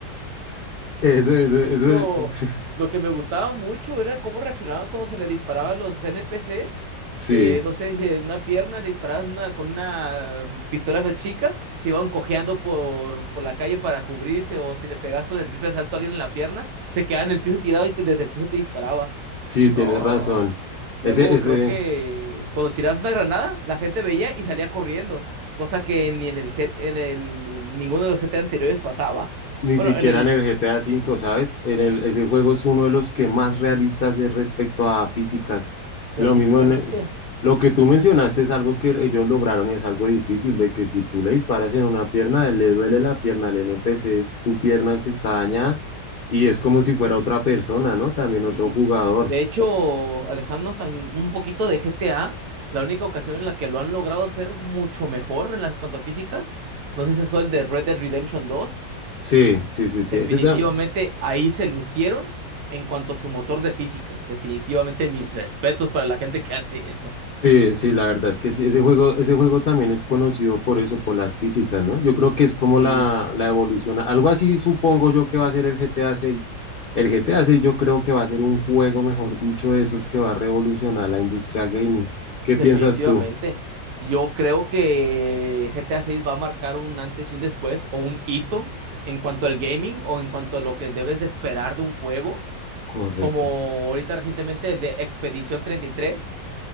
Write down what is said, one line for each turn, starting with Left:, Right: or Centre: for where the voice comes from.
Left: <laughs> Eso, eso, eso.
Right: De hecho, lo que me gustaba mucho era cómo reaccionaban cuando se le disparaban los NPCs.
Left: Sí.
Right: Eh, no sé si en una pierna le disparabas una, con una pistola chica, se iban cojeando por, por la calle para cubrirse, o si le pegabas con el rifle de asalto a alguien en la pierna, se quedaba en el piso tirado y te- desde el piso te disparaba.
Left: Sí,
Right: No.
Left: tienes razón.
Right: Luego
Left: Ese, ese,
Right: creo que cuando tirabas una granada, la gente veía y salía corriendo, cosa que ni en el, G- en el ninguno de los GT anteriores pasaba.
Left: ni
Right: Bueno,
Left: siquiera
Right: en el
Left: en el GTA V, ¿sabes? En el, ese juego es uno de los que más realistas es respecto a físicas.
Right: definitivamente.
Left: Lo mismo en, el- lo que tú mencionaste es algo que ellos lograron y es algo difícil, de que si tú le disparas en una pierna, le duele la pierna al NPC, es su pierna que está dañada y es como si fuera otra persona, ¿no? También
Right: Sí.
Left: otro jugador.
Right: De hecho, alejándonos tan- un poquito de GTA, la única ocasión en la que lo han logrado hacer mucho mejor en las cuanto a físicas, no sé si es el de Red Dead Redemption dos,
Left: Sí, sí, sí, sí.
Right: definitivamente
Left: Ese también.
Right: ahí se lucieron en cuanto a su motor de físicas. Definitivamente mis respetos para la gente que hace eso.
Left: Sí, sí, la verdad es que sí, ese juego, ese juego también es conocido por eso, por las físicas, ¿no? Yo creo que es como
Right: Sí,
Left: la, la evolución, algo así supongo yo que va a ser el GTA 6. El GTA 6 yo creo que va a ser un juego, mejor dicho, de esos que va a revolucionar la industria gaming. ¿Qué
Right: definitivamente.
Left: piensas tú?
Right: Yo creo que GTA seis va a marcar un antes y un después o un hito en cuanto al gaming o en cuanto a lo que debes de esperar de un juego
Left: Correcto.
Right: como ahorita recientemente el de Expedición 33.